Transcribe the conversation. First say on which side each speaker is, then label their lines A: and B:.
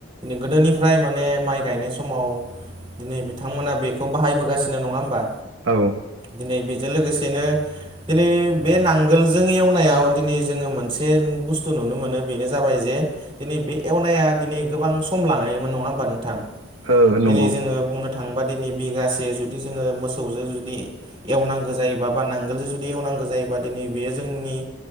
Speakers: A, on the right; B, on the right.
A: गोदोनिफ्राय माने माइ गायनाय समाव दिनै बिथांमोना बेखौ बाहायबोगासिनो नङा होमबा
B: औ
A: दिनै बेजों लोगोसेनो दिनै बे नांगोलजों एवनायाव दिनै जोङो मोनसे बुस्थु नुनो मोनो बेनो जाबाय जे दिनै बे एवनाया दिनै गोबां सम लागायोमोन नङा होमबा नोंथां
B: ओ नंगौ
A: दिनै जोङो बुंनो थांबा दिनै बिगासे जुदि जोङो मोसौजों जुदि एवनांगो जायोबा बा नांगोलजो जुदि एवनांगो जायोबा दिनै बेयो जोंनि